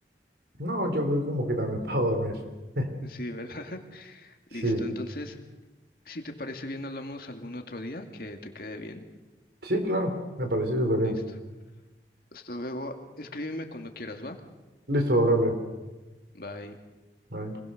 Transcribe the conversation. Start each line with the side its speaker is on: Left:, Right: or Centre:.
Right: No, yo creo que como que también para dormir. <laughs>
Left: Sí, ¿verdad? <laughs> Listo.
Right: Sí,
Left: Entonces, si te parece bien, hablamos algún otro día que te quede bien.
Right: sí, claro, me parece súper
Left: Listo.
Right: bien.
Left: Hasta luego. Escríbeme cuando quieras, ¿va?
Right: Listo, Gabriel.
Left: Bye.
Right: Bye.